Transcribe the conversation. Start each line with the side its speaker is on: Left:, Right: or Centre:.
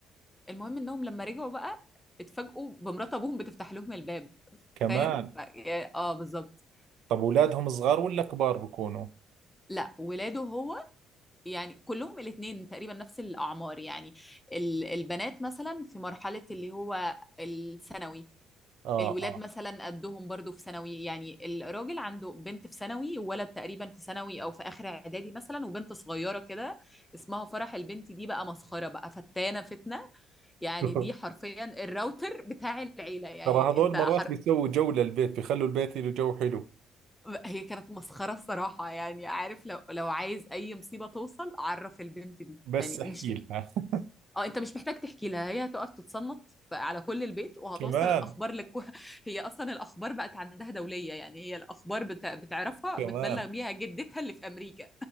Centre: المهم انهم لما رجعوا بقى اتفاجئوا بمرات ابوهم بتفتح لهم الباب
Right: كمان
Centre: فاهم ف... اه بالظبط
Right: طب اولادهم صغار ولا كبار بكونوا
Centre: لا ولاده هو يعني كلهم الاثنين تقريبا نفس الأعمار يعني ال- البنات مثلا في مرحلة اللي هو الثانوي
Right: اه
Centre: الولاد
Right: اه
Centre: مثلا قدهم برضو في ثانوي يعني الراجل عنده بنت في ثانوي وولد تقريبا في ثانوي او في اخر اعدادي مثلا وبنت صغيره كده اسمها فرح البنت دي بقى مسخره بقى فتانه فتنه يعني
Right: <laughs>
Centre: دي حرفيا الراوتر بتاع العيله يعني
Right: ترى هذول
Centre: انت
Right: مرات
Centre: حر...
Right: بيسووا جو للبيت بيخلوا البيت له جو حلو
Centre: هي كانت مسخره الصراحه يعني عارف لو لو عايز اي مصيبه توصل عرف البنت دي
Right: بس
Centre: يعني
Right: احكي
Centre: مش
Right: لها <laughs>
Centre: اه انت مش محتاج تحكي لها هي هتقف تتصنت ف- على كل البيت وهتوصل
Right: كمان
Centre: الاخبار لكل <laughs> هي اصلا الاخبار بقت عندها دوليه يعني هي الاخبار بت... بتعرفها
Right: كمان
Centre: بتبلغ بيها جدتها اللي في امريكا